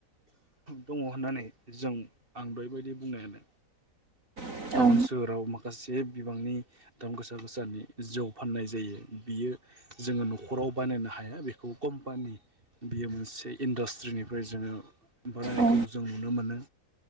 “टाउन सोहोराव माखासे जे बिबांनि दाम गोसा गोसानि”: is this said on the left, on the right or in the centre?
Right